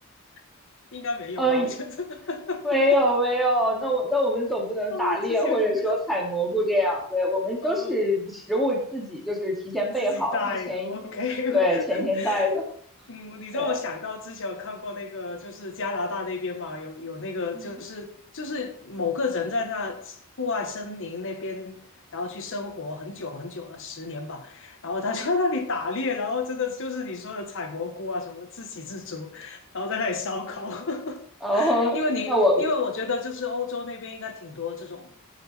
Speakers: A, on the left; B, in the centre.
A: <laughs> 应该没有吧？
B: 呃，
A: 我觉得。
B: 没有没有，
A: <laughs>
B: 那我那我们总不能打猎或者说采蘑菇这样，
A: 啊，我之前
B: 对，我们都是食物自己就是提前备好，
A: 呃，自己带的，OK。
B: 然后前一天，
A: <laughs>
B: 对，前一天带的，
A: 嗯，你让我想到之前有看过那个，
B: 对，
A: 就是加拿大那边嘛，有有那个，
B: 嗯
A: 就是就是某个人在那户外森林那边，然后去生活很久很久了，十年吧，然后他就在那里打猎，然后真的就是你说的采蘑菇啊，什么自给自足，然后在那里烧烤，
B: 然后那我，
A: <laughs> 因为你因为我觉得就是欧洲那边应该挺多这种。